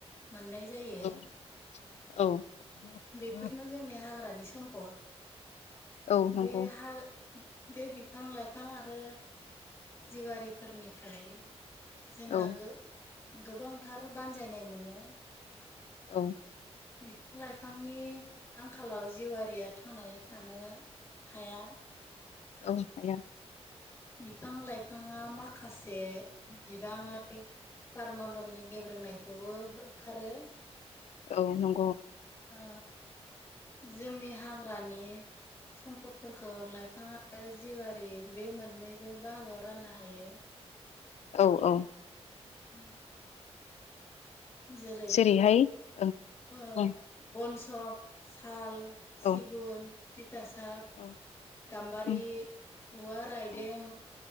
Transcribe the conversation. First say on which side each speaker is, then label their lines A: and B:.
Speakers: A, on the left; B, on the left.
A: मोननाय जायो
B: औ औ
A: बेफोरनो
B: औ
A: जोंनि हाग्रानि सम्पद
B: औ नंगौ
A: बे हा बे बिफां लाइफां आरो जिवारिफोरनिफ्राय जोंहा
B: औ
A: गो-गोबांथार बानजायनाय मोनो
B: औ
A: बिफां लाइफांनि आंखालाव जिउआरिया थांनानै थानो हाया
B: औ हाया
A: बिफां लाइफाङा माखासे बिबाङै बारमण्डलनि गेब्रोंनायखौबो होखारो
B: औ नंगौ
A: ओ जोंनि हाग्रानि सम्फदफोरखौ लाइफां आरो जिवारि बे मोननैबो बाहागोआव राननो हायो
B: औ औ
A: ओम जेरै
B: जेरैहाय ओं
A: ओ
B: बुं
A: बनसक साल सिगुन,
B: औ
A: तिथा साब
B: औ
A: गाम्बारि,
B: उम
A: औवा रायदें
B: औ